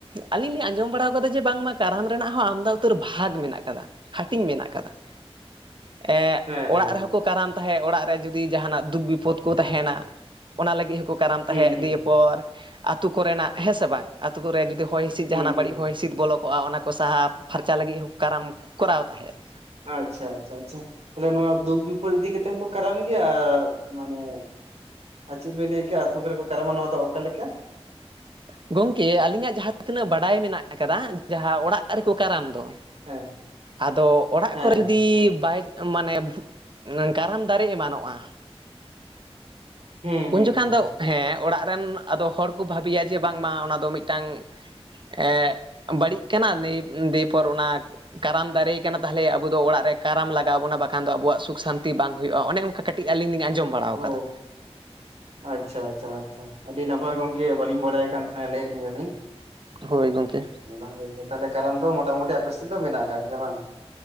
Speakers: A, on the right; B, on the right.
A: ᱟᱹᱞᱤᱧ ᱞᱤᱧ ᱟᱸᱡᱚᱢ ᱵᱟᱲᱟ ᱟᱠᱟᱫᱟ ᱡᱮ ᱵᱟᱝᱢᱟ ᱠᱟᱨᱟᱢ ᱨᱮᱱᱟᱜ ᱦᱚᱸ ᱟᱢᱫᱟ ᱩᱛᱟᱹᱨ ᱵᱷᱟᱜᱽ ᱢᱮᱱᱟᱜ ᱟᱠᱟᱫᱟ ᱾ ᱦᱟᱹᱴᱤᱧ ᱢᱮᱱᱟᱜ ᱟᱠᱟᱫᱟ ᱾
B: <unintelligible>
A: ᱮᱻ
B: ᱦᱮᱸ ᱦᱮᱸ
A: ᱚᱲᱟᱜ
B: ᱦᱮᱸ
A: ᱨᱮᱦᱚᱸ
B: ᱦᱩᱸ
A: ᱠᱚ ᱠᱟᱨᱟᱢ ᱛᱟᱦᱮᱸᱫ ᱚᱲᱟᱜ ᱨᱮ ᱡᱩᱫᱤ ᱡᱟᱦᱟᱱᱟᱜ ᱫᱩᱠ ᱵᱤᱯᱚᱫ ᱠᱚ ᱛᱟᱦᱮᱱᱟ ᱾ ᱚᱱᱟ ᱞᱟᱹᱜᱤᱫ ᱦᱚᱸᱠᱚ ᱠᱟᱨᱟᱢ
B: ᱦᱩᱸ
A: ᱛᱟᱦᱮᱸᱫ
B: ᱦᱩᱸ
A: ᱫᱤᱭᱮ ᱯᱚᱨ ᱟᱹᱛᱩ ᱠᱚᱨᱮᱱᱟᱜ ᱦᱮᱸ ᱥᱮ ᱵᱟᱝ ᱾ ᱟᱹᱛᱩ ᱠᱚᱨᱮ ᱡᱩᱫᱤ ᱦᱚᱭ ᱦᱤᱸᱥᱤᱫ
B: ᱦᱩᱸ
A: ᱡᱟᱦᱟᱱᱟᱜ
B: ᱦᱩᱸ
A: ᱵᱟᱹᱲᱤᱡ
B: ᱦᱩᱸ
A: ᱦᱚᱭ ᱦᱤᱸᱥᱤᱫ ᱵᱚᱞᱚ ᱠᱚᱜᱼᱟ ᱚᱱᱟ ᱠᱚ ᱥᱟᱦᱟ ᱯᱷᱟᱨᱪᱟ ᱞᱟᱹᱜᱤᱫ ᱦᱚᱸ ᱠᱟᱨᱟᱢ ᱠᱚᱨᱟᱣ ᱛᱟᱦᱮᱸᱫ
B: ᱟᱪᱷᱟ ᱟᱪᱷᱟ ᱟᱪᱷᱟ ᱛᱟᱦᱚᱞᱮ ᱱᱚᱣᱟ ᱫᱩᱠ ᱵᱤᱯᱚᱫ ᱤᱫᱤ ᱠᱟᱛᱮᱜ ᱦᱚᱸᱠᱚ ᱠᱟᱨᱟᱢ ᱜᱮᱭᱟ ᱟᱨ ᱢᱟᱱᱮ ᱟᱨ ᱪᱮᱜ ᱵᱤᱱ ᱞᱟᱹᱭ ᱠᱮᱜᱼᱟ ᱟᱹᱛᱩ ᱠᱚᱨᱮ ᱠᱚ ᱠᱟᱨᱟᱢᱟ ᱱᱟᱣᱟ ᱫᱚ ᱚᱠᱟ ᱞᱮᱠᱟ
A: ᱜᱚᱝᱠᱮ ᱟᱹᱞᱤᱧᱟᱜ ᱡᱟᱦᱟᱸ ᱛᱤᱱᱟᱹᱜ ᱵᱟᱰᱟᱭ ᱢᱮᱱᱟᱜ ᱟᱠᱟᱫᱟ ᱡᱟᱦᱟᱸ ᱚᱲᱟᱜ ᱨᱮᱠᱚ ᱠᱟᱨᱟᱢ ᱫᱚ
B: ᱦᱮᱸ
A: ᱟᱫᱚ ᱚᱲᱟᱜ
B: ᱦᱮᱸ
A: ᱠᱚᱨᱮ ᱡᱩᱫᱤ ᱵᱟᱭ ᱢᱟᱱᱮ ᱠᱟᱨᱟᱢ ᱫᱟᱨᱮ ᱮᱢᱟᱱᱚᱜᱼᱟ᱾
B: ᱦᱮᱸ ᱦᱮᱸ
A: ᱩᱱ ᱡᱚᱠᱷᱟᱱ
B: ᱦᱮᱸ
A: ᱫᱚ ᱦᱮᱸ ᱚᱲᱟᱜ ᱨᱮᱱ ᱟᱫᱚ ᱦᱚᱲ ᱠᱚ ᱵᱷᱟᱹᱵᱤᱭᱟ ᱡᱮ ᱵᱟᱝᱢᱟ ᱚᱱᱟ ᱫᱚ ᱢᱤᱫᱴᱟᱹᱝ ᱮ ᱵᱟᱹᱲᱤᱡ ᱠᱟᱱᱟ ᱱᱩᱭ ᱫᱤᱯᱚᱨ ᱚᱱᱟ ᱠᱟᱨᱟᱢ ᱫᱟᱨᱮᱭ ᱠᱟᱱᱟ ᱛᱟᱦᱚᱞᱮ ᱟᱵᱚ ᱫᱚ ᱠᱟᱨᱟᱢ ᱫᱟᱨᱮ ᱟᱠᱟᱱᱟ ᱛᱟᱦᱞᱮ ᱟᱹᱵᱚ ᱫᱚ ᱚᱲᱟᱜ ᱨᱮ ᱠᱟᱨᱟᱢ ᱞᱟᱜᱟᱣ ᱟᱵᱚᱱᱟ ᱵᱟᱠᱷᱟᱱ ᱫᱚ ᱟᱵᱚᱣᱟᱜ ᱥᱩᱠ ᱥᱟᱱᱛᱤ ᱵᱟᱝ ᱦᱩᱭᱩᱜᱼᱟ ᱚᱱᱮ ᱚᱱᱠᱟ ᱠᱟᱹᱴᱤᱡ ᱟᱹᱞᱤᱧ ᱞᱤᱧ ᱟᱸᱡᱚᱢ ᱵᱟᱲᱟᱣ
B: ᱚ
A: ᱟᱠᱟᱫᱟ
B: ᱟᱪᱪᱷᱟ ᱟᱪᱪᱷᱟ ᱟᱪᱪᱷᱟ ᱟᱹᱰᱤ ᱱᱟᱯᱟᱭ ᱜᱚᱝᱠᱮ ᱵᱟᱹᱞᱤᱧ ᱵᱟᱰᱟᱭ ᱠᱟᱱ ᱛᱟᱦᱮᱱ ᱞᱟᱹᱭ ᱟᱹᱞᱤᱧᱟ ᱵᱤᱱ
A: ᱦᱚᱭ ᱜᱚᱝᱠᱮ ᱾
B: ᱚᱱᱟ ᱜᱮ <unintelligible> ᱠᱟᱨᱟᱢ ᱫᱚ ᱢᱚᱴᱟᱢᱩᱴᱤ ᱟᱯᱮ ᱥᱮᱫ ᱫᱚ ᱢᱮᱱᱟᱜ ᱟᱠᱟᱫ ᱜᱮᱭᱟ ᱵᱟᱝ